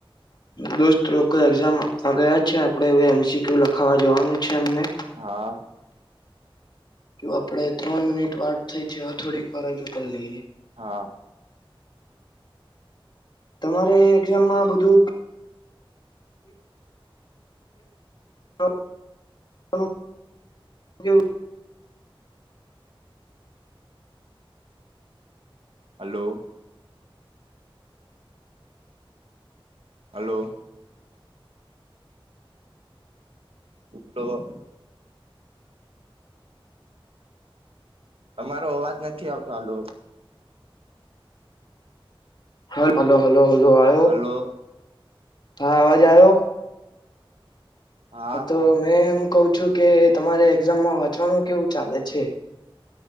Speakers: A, on the left; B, on the right.
A: દોસ્ત લોકો એક્ઝામ આપવા ગયા છે આપડે હવે એમ સી ક્યુ લખાવા જવાનું છે. એમને
B: હા.
A: જો આપડે ત્રણ મિનિટ વાત થઈ છે હ થોડીક વારજૂ કરી લઈએ.
B: હા.
A: તમારે એક્ઝામમાં બધું હા હ જો
B: હલો. હલો. હલો. અમારો અવાજ નથી આવતો આલો
A: હ હલો હલો. હોલો આવ્યો?
B: હલો
A: હા અવાજ આવ્યો?
B: હા
A: હ તો મે એમ કઉ છું કે તમારે એક્ઝામમાં વાંચવાનું કેવું ચાલે છે.